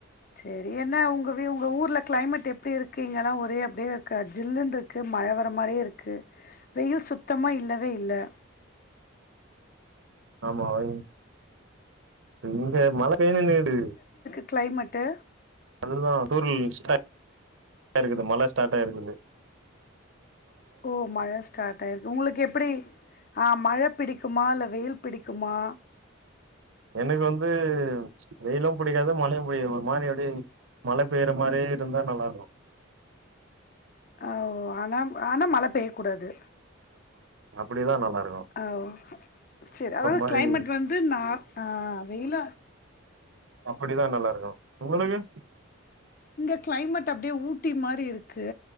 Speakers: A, on the left; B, on the right.
A: சேரி என்ன உங்க வீ உங்க ஊர்ல கெளைமேட் எப்டி இருக்கு இங்கெல்லா ஒரே அப்டியே க ஜில்லுனுருக்கு மழ வர மாரியே இருக்கு வெயில் சுத்தமா இல்லவே இல்ல <inaudible>
B: ஆமா வை இங்க மழ பேஞ்சினுக்குது
A: கெளைமெட்டு
B: அதுதா தூறல் ஸ்டார்ட் டா இருக்குது மழ ஸ்டார்ட் ஆ இருக்குது
A: ஓ மழ ஸ்டார்ட் ஆயிருக்கு உங்களுக்கு எப்டி ஆ மழ பிடிக்குமா இல்ல வெயில் பிடிக்குமா
B: எனக்கு வந்து வெயிலு புடிக்காது மழயு புடிக்காதுமா ஒரு மாரி அப்டியே மழ பெய்ற மாரியே இருந்தா நல்லா இருக்கு
A: ஆ ஓ ஆனா ஆனா மழ பெய்ய கூடாது
B: அப்டிதா நல்லார்
A: ஆ ஓ செரி அதாவது
B: மாரி
A: கெளைமேட் வந்து நார் ஆஹ் வெயில
B: அப்டிதா நல்லா இருக்கு உங்களுக்கு
A: இங்க கெளைமேட் அப்டியே ஊட்டி மாரி இருக்கு